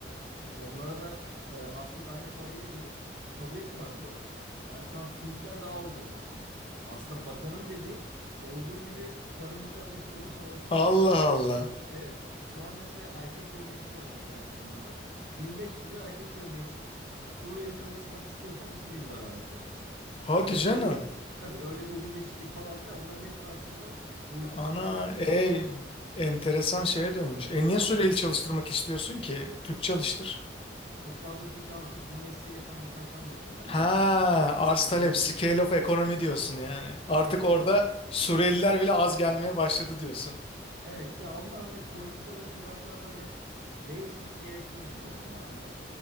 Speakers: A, on the right (about 70°); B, on the left (about 30°).
A: Şimdi onlara da e, az çok aynı parayı veriyoruz. Kabul etmiyorlar biliyor musun? Yani şu an Türkler daha ucuza çalışıyor. Aslında bakanın dediği olduğu gibi tarımcılarla hiç konuşmamasından
B: Allah
A: kaynaklı.
B: Allah.
A: Evet. Şu an mesela erkek yövmiyesi olarak geçer bizim burada. 1500 lira erkek yövmiyesi. Suriyeli çalıştırmak istiyorsan 2000 lira vermek zorundasın.
B: Hadi
A: Hani
B: canım.
A: öyle bir, tabii öyle ucuz işçilik falan filan onların hepsi aslında politik
B: Ana
A: söylemlerden
B: e
A: ibaret.
B: enteresan şeye dönmüş.
A: Evet
B: E
A: ya
B: niye
A: aslında
B: süreli çalıştırmak istiyorsun ki? Türk çalıştır.
A: çok fazla çünkü artık bu mesleği yapan insan kalmadı ya. Hani
B: Ha, arz talep,
A: Yönetici.
B: scale of economy diyorsun yani.
A: Aynen
B: Artık orada
A: öyle.
B: Suriyeliler bile az gelmeye başladı diyorsun.
A: Evet ya ondan hani politikaların biraz daha böyle değişmesi gerektiğine inanıyorum ya. Hani